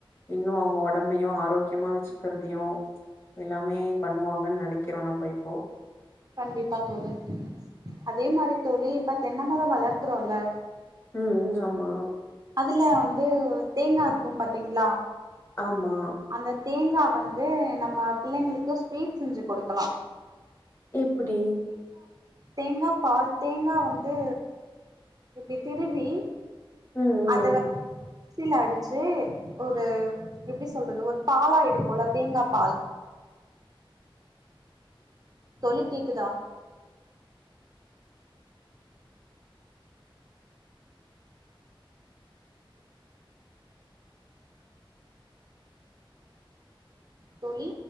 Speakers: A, on the left (about 30°); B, on the right (about 45°).
A: இன்னு அவுங்க ஒடம்பையு ஆரோக்கியமா வெச்சு க்கிறதுயு எல்லாமே பண்ணுவாங்கன்னு நெனைக்கிறோ நம்ம இப்போ
B: கண்டிப்பா தோழி அதே மாரி தோழி இப்ப தென்ன மரோ வளர்க்கறோல
A: ம் ஆமா
B: அதுல வந்து தேங்கா இருக்கு பாத்தீங்ளா
A: ஆமா
B: அந்த தேங்கா வந்து நம்ம பிள்ளைங்களுக்கு ஸ்வீட் செஞ்சு குடுக்கலா
A: எப்டி
B: தேங்கா பால் தேங்கா வந்து இப்டி திருவி
A: ம் ம்
B: அது
A: ம்
B: வ மிக்சில அடிச்சு ஒரு எப்டி சொல்றது ஒரு பாலா எடுப்போல்ல தேங்கா பால்
A: அம் <unintelligible>
B: தோழி கேக்குதா தோழி